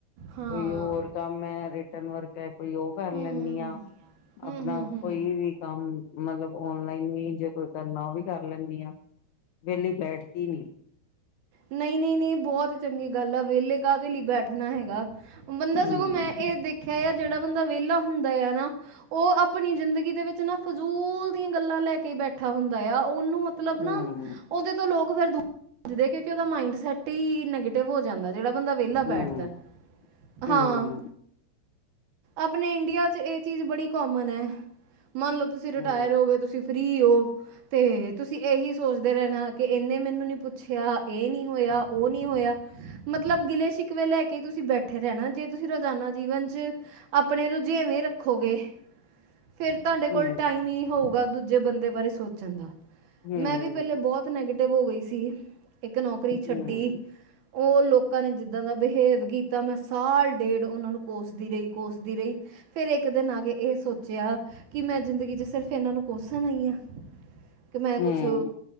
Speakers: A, on the right (about 65°); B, on the left (about 80°).
A: ਹਾਂ
B: ਕੋਈ ਹੋਰ ਕੰਮ ਏ ਰਿਟਰਨ ਵਰਕ ਹੈ ਕੋਈ ਉਹ ਕਰ ਲੈਣੀ
A: ਹਮ ਹਮ
B: ਆ, ਅਪਣਾ
A: ਹਮ ਹਮ
B: ਕੋਈ ਵੀ ਕੰਮ ਮਤਲਬ ਔਨਲਾਈਨ ਵੀ, ਜੇ ਕੋਈ ਕਰਨਾ ਉਹ ਵੀ ਕਰ ਲੈਂਣੀ ਆ, ਵਿਹਲੀ ਬੈਠਦੀ ਨੀ।
A: ਨਹੀਂ-ਨਹੀਂ-ਨਹੀਂ ਏ ਬਹੁਤ ਚੰਗੀ ਗੱਲ ਆ, ਵੇਹਲੇ ਕਾਹਦੇ ਲਈ ਬੈਠਣਾ ਹੈਗਾ। ਬੰਦਾ
B: ਹਮ
A: ਸਗੋਂ ਮੈਂ ਏਹ ਦੇਖਿਆ ਆ ਜਿਹੜਾ ਬੰਦਾ ਵੇਹਲਾ ਹੁੰਦਾ ਆ ਨਾ, ਉਹ ਆਪਣੀ ਜ਼ਿੰਦਗੀ ਦੇ ਵਿੱਚ ਨਾ ਫਜ਼ੂਲ ਦੀਆਂ ਗੱਲਾਂ ਲੈ ਕੇ ਈ ਬੈਠ ਹਾਂ ਹੁੰਦਾ ਆ, ਉਹ ਮਤਲਬ
B: ਹਮ
A: ਨਾ ਉਹਦੇ ਤੋਂ ਲੋਕ ਫਿਰ ਦਸਦੇ ਕਿਂੳਕਿ ਉਹਦਾ ਮੰਡ ਸੈਟ ਹੀ ਨੈਗੇਟਿਵ ਤੇ ਹੋ ਜਾਂਦਾ ਜਿਹੜਾ ਬੰਦਾ ਵੇਹਲਾ
B: ਹਮ
A: ਬੈਠਦਾ ਏ।
B: ਹਮ
A: ਅਪਣੇ ਇੰਡੀਆ ਚ ਇਹ ਚੀਜ਼ ਬੜੀ ਕੋਮਨ ਹੈ, ਮਨ ਲਓ ਤੁਸੀਂ ਰਿਟਾਇਰ
B: ਹਮ
A: ਹੋ ਗਏ, ਤੁਸੀ ਫਰੀ ਹੋ, ਤੇ ਤੁਸੀਂ ਇਹੀ ਸੋਚਦੇ ਰਹਿਣਾ ਕਿ ਇਹਨੇ ਮੈਨੂੰ ਨੀ ਪੁੱਛਿਆ ਇਹ ਨੀ ਹੋਇਆ, ਉਹ ਨਹੀਂ ਹੋਇਆ, ਮਤਲਬ ਗਿਲੇ ਸ਼ਿਕਵੇ ਲੈ ਕੇ ਤੁਸੀ ਬੈਠੇ ਰਹਿਣਾ ਜੇ ਤੁਸੀਂ ਰੋਜ਼ਾਨਾ ਜੀਵਨ ਚ ਅਪਣੇ ਰੁਝੇਵੇਂ ਰੱਖੋਗੇ ਫਿਰ ਤੁਹਾਡੇ ਕੋਲ
B: ਹਮ
A: ਟਾਈਮ ਹੀ ਹੋਊਗਾ ਦੂਜੇ ਬੰਦੇ ਬਾਰੇ ਸੋਚ
B: ਹਮ
A: ਮੈਂ ਵੀ ਪਹਿਲੇ ਬਹੁਤ ਨੈਗੇਟਿਵ ਹੋ ਗਈ ਸੀ। ਇੱਕ ਨੌਕਰੀ ਛੱਡੀ
B: ਹਮ
A: ਉਹ ਲੋਕਾਂ ਨੇ ਜਿੱਦਾਂ ਦਾ ਬਿਹੇਵ ਕੀਤਾ, ਮੈਂ ਸਾਲ ਡੇਢ, ਉਹਨਾ ਨੂੰ ਕੋਸਦੀ ਰਹੀ- ਕੋਸਦੀ ਰਹੀ, ਫਿਰ ਇੱਕ ਦਿਨ ਆ ਕੇ ਇਹ ਸੋਚਿਆ ਕਿ ਮੈਂ ਜ਼ਿੰਦਗੀ ਚ ਕਿ ਸਿਰਫ ਇਹਨਾਂ ਨੂੰ ਕੋਸਣ ਆਈ ਹਾਂ ਕਿ ਮੈਂ ਕੁਛ
B: ਹਮ